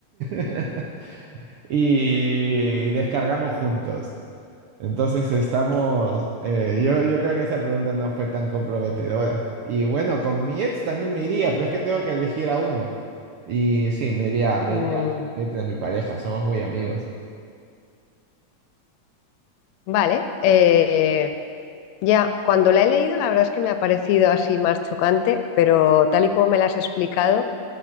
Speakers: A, on the right; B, on the left.
A: <laughs> Y descargamos juntos. Entonces estamos, eh, yo, yo creo que esa pregunta no fue tan comprometedora. Y bueno, con mi ex también me iría, pero es que tengo que elegir a uno. Y sí, me iría, me
B: Mm,
A: iría con el ex de mi pareja, somos muy amigos.
B: vale. eh, ya, cuando la he leído, la verdad es que me ha parecido así más chocante, pero tal y como me la has explicado,